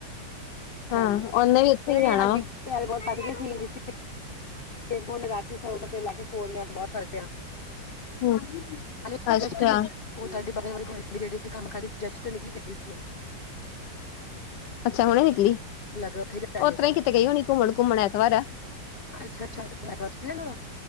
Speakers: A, on the left (about 75°); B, on the left (about 40°).
A: ਹਾਂ
B: ਹਾਂਜੀ
A: ਉਨੇ ਵੀ ਇੱਥੇ
B: ਮੇਰੇ
A: ਈ ਰੈਂਣਾ
B: ਹਾਂਜੀ
A: ਵਾ।
B: ਪੈਰ ਬੋਤ ਫਟ ਗੇ ਸੀ ਵਿਚ <unintelligible> ਹੁਣ ਰਾ ਸਰੋ ਦਾ ਤੇਲ ਲਾ ਕੇ ਸੋ ਦੇ ਆਂ ਬੈ ਸਕਦੇ ਆਂ
A: ਹੂੰ
B: ਹੈਲੋ
A: ਅੱਛਾ
B: ਜਸਟਿਨ ਓ ਤੁਹਾਡੀ ਬਗਲ ਵਾਲੀ ਗਵਾਂਢੀ ਜੇੜੀ ਉੱਥੇ ਕੰਮ ਕਰ ਰਈਜਸਟ ਨਿਕਲੀ ਗੱਡੀ 'ਚ
A: ਅੱਛਾ ਹੁਣੇ ਨਿਕਲੀ
B: ਲੱਗ ਉੱਥੇ ਜਾ
A: ਓ
B: ਰਹੀ
A: ਤਰ੍ਹਾਂ
B: ਹੈ
A: ਈ ਕਿੱਥੇ ਗਈ ਹੋਣੀ ਘੁੰਮਣ-ਘੁੰਮਣ ਐਤਵਾਰ ਆ।
B: ਅੱਛਾ-ਅੱਛਾ ਐਤਵਾਰ ਛੁੱਟੀ ਲੈਦਾ ਵਾ